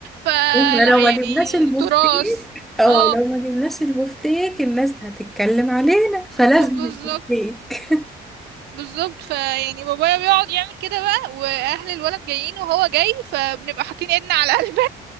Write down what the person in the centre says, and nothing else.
احنا لو ما جبناش
البوفتيك
او
لو ما جبناش البوفتيك الناس هتتكلم علينا فلازم
البوفتيك